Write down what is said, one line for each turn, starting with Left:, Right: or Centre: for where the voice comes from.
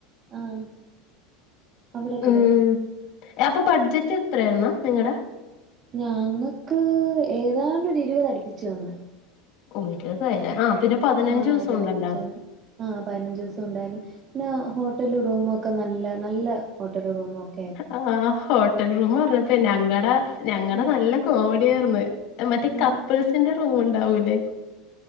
Right: ആഹ് അവിടെക്കെ
Left: ഉം
Right: പോയി
Left: അപ്പൊ ബഡ്ജറ്റ് എത്രായിരുന്നു നിങ്ങടെ
Right: ഞങ്ങക്ക് ഏതാണ്ട് ഒര് ഇരിപതടുപ്പിച്ചു വന്ന്
Left: <unintelligible> ആഹ് പിന്നെ പതിനഞ്ച്
Right: ആഹ്
Left: ദിവസം
Right: ഇരുപത്
Left: ഉണ്ടല്ലോ
Right: അടുപ്പിച്ചു വന്ന് ആഹ് പതിനഞ്ച് ദിവസം ഉണ്ടായിരുന്നു പിന്നെ ഹോട്ടല് റൂമൊക്കെ നല്ല നല്ല ഹോട്ടല് റൂമൊക്കെ
Left: ആ ഹോട്ടൽ റൂമ് പറഞ്ഞപ്പ ഞങ്ങടെ ഞങ്ങടെ
Right: ഉം
Left: നല്ല കോമഡിയായിർന്ന് മറ്റേ
Right: ഉം
Left: കപ്പിൾസിന്റെ റൂമ്ണ്ടാവൂലേ